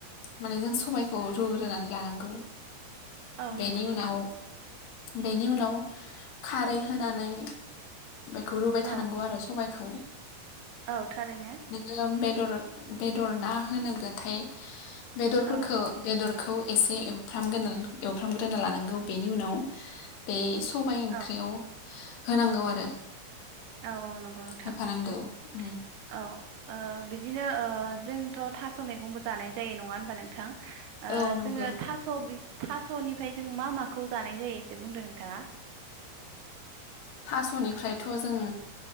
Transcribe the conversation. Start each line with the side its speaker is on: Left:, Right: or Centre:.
Left: माने जों सबायखौ रुग्रोनानै लानांगौ।
Right: औ
Left: बेेनि
Right: नंगौ नोंथां
Left: उनाव बेनि उनाव खारै होनानै बेखौ रुबाय थानांगौ
Right: औ
Left: आरो सबाय <inaudible>
Right: औ थारैनो।
Left: बेदर बेदर ना होनोब्लाथाय बेदरफोरखौ
Right: औ
Left: बेदर। खौ एसे एवफ्रामग्रोना एवफ्रामग्रोना लानांगौ बेनि उनाव बे सबायाइ ओंख्रियाव।
Right: औ
Left: होनांगौ आरो।
Right: औ औ नंगौ नोंथां
Left: होफानांगौ
Right: <inaudible>
Left: उम
Right: औ ओ बिदिनो ओ जोंथ' थास' मैगंबो जानाय जायो नङा होनबा नोंथां? ओ
Left: औ नंगौ
Right: जोङो थास' थास'निफ्राय जों मा माखौ जा नाय जायो एसे बुंदो नोंथाङा।
Left: थास'निफ्रायथ' जों